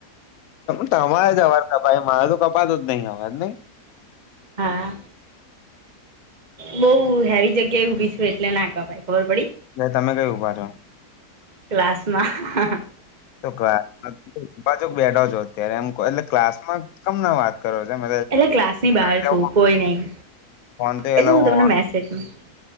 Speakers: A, on the left; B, on the right.
A: તમારે અવાજ કપાય મારે તો કપાતો જ નહી અવાજ નહી
B: હા. બઉુ હેવી જગ્યાએ ઉભી છુ એટલે ના કપાય ખબર પડી
A: એ તમે કઈ ઉભા છો
B: ક્લાસ માં
A: તો કલાસમા બેઠા છો અત્યારે એમ એટલે ક્લાસ માં કમ ના વાત કરો છે મ
B: એટલે ક્લાસની બહાર
A: ફે
B: છું કોઈ નહીં
A: ફોન તો
B: એ
A: એલાવ
B: હું તમને
A: હોવાનું
B: મેસેજ હું